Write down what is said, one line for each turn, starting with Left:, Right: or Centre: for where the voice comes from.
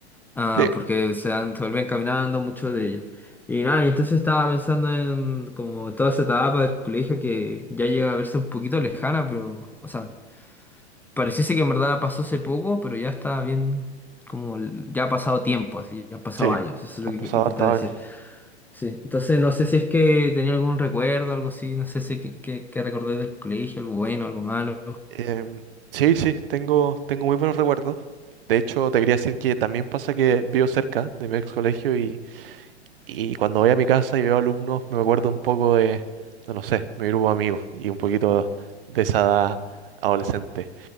Centre: Ah,
Right: Sí,
Centre: porque se, dan- se vuelven caminando mucho de ellos. Y nada, y entonces estaba pensando en como toda esa etapa del colegio que ya llega a verse un poquito lejana, pero, o sea, pareciese que en verdad pasó hace poco, pero ya está bien, como l- ya ha pasado tiempo, así, ya han pasado
Right: sí,
Centre: años, eso es
Right: han
Centre: lo que
Right: pasado
Centre: que intentaba
Right: hartos años.
Centre: decir. Sí, entonces no sé si es que tenía algún recuerdo, algo así, no sé si que, que, que recordé del colegio, algo bueno, algo malo.
Right: Em, sí, sí, tengo, tengo muy buenos recuerdos. De hecho, te quería decir que también pasa que vivo cerca de mi ex colegio y, y cuando voy a mi casa y veo alumnos, me acuerdo un poco de, no, no sé, mi grupo de amigos y un poquito de esa edad adolescente.